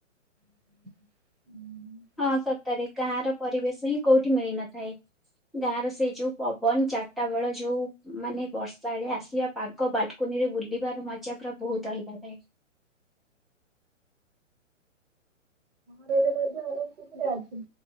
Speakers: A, on the right; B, in the centre.
A: ହୁଁ
B: ହଁ ସତରେ ଗାଁ ର ପରିବେଶ ହିଁ କୋଉଠି ମିଳି ନଥାଏ। ଗାଁର ସେଇ ଯୋଉ ପବନ ଚାରିଟା ବେଳ ଯୋଉ ମାନେ ବର୍ଷା ବେଳେ ଆସିବା ପାଗ ବାଲକୁନିରେ ବୁଲିବାର ମଜା ପୁରା ବହୁତ ଅଲଗା ଥାଏ।।
A: ସହରରେ ମଧ୍ୟ ଅନେକ ସୁବିଧା ଅଛି।